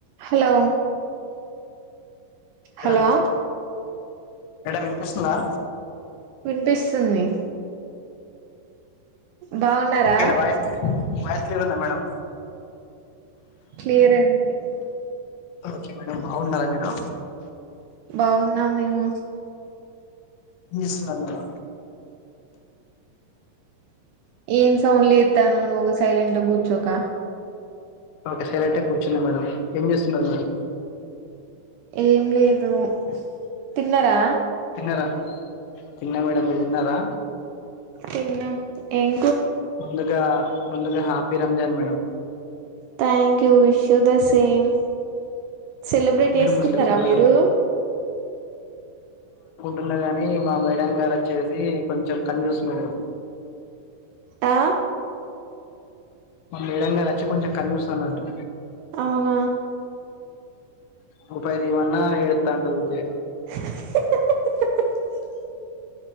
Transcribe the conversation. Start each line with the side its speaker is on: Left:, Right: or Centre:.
Right: Hello
Left: madam
Right: hello
Left: madam వినిపిస్తుందా
Right: వినిపిస్తుంది బాగున్నారా
Left: ఒకే నా వాయిస్ క్ వాయిస్ క్లియర్ ఉందా మేడం
Right: క్లియర్ ఉంది
Left: ఓకే మేడం బాగున్నారా మీరు
Right: బాగున్నం మేము
Left: ఎం చేస్తున్నారు మీరు
Right: ఏం సౌండ్ చేస్తున్నావ్ నువ్వు సైలెంట్ గా కూర్చోక
Left: ఓకే సైలెంట్గా కూర్చున్నా మేడం ఏం చేస్తున్నారు మేడం
Right: ఎం లేదు తిన్నారా
Left: తిన్నారా తిన్న మేడం మీరు తిన్నారా
Right: తిన్నాం ఎం
Left: ముందుగా ముందుగా happy Ramzan madam
Right: thank you wish you the same celebrate
Left: మీరు
Right: చేసుకున్నారా
Left: ముస్లిమ్సా మేడం
Right: మీరు
Left: ఉన్న కాని మ మేడం గారు వచ్చేసి కొంచెం కంజూస్ మేడం
Right: ఆ
Left: మా మేడం గారు వచ్చి కొంచెం కన్జూస్ అన్నట్టు
Right: అవునా
Left: రూపాయి దీయమన్న ఏడుస్తా ఉంటది ఊకె
Right: <unintelligible>